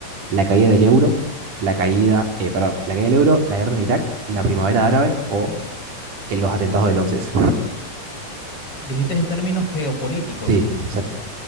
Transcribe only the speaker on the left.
Dijiste en términos geopolíticos.